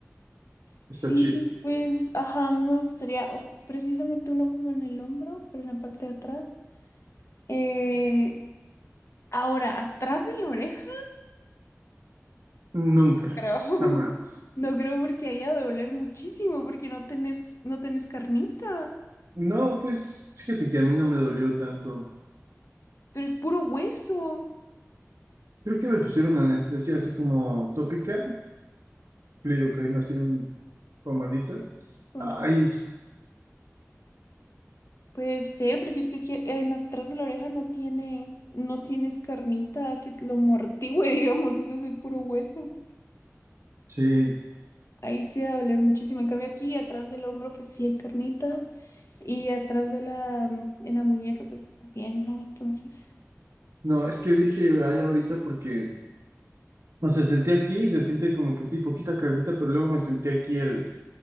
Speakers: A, on the left (about 60°); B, on the right (about 80°).
A: Sí,
B: Está chido.
A: pues, ajá, a mí me gustaría o- precisamente uno como en el hombro, pero en la parte de atrás. Eh, ahora, atrás de la oreja,
B: Nunca,
A: <laughs> creo.
B: jamás.
A: No creo porque haya de doler muchísimo, porque no tenés, no tenés carnita.
B: No, pues fíjate que a mí no me dolió tanto.
A: Pero es puro hueso.
B: Creo que me pusieron anestesia así como tópica, lidocaína así en pomadita.
A: Con
B: Ay,
A: ra- Puede ser, porque es que aquí en atrás de la oreja no tienes, no tienes carnita que lo amortigüe, <laughs> digamos, ese es el puro hueso.
B: sí.
A: Ahí sí va a doler muchísimo. En cambio aquí atrás del hombro, pues sí hay carnita. Y atrás de la, mm, en la muñeca, pues también, ¿no? Entonces,
B: No, es que dije, ay, ahorita porque O sea, senté aquí, se siente como que sí, poquita carnita, pero luego me senté aquí el,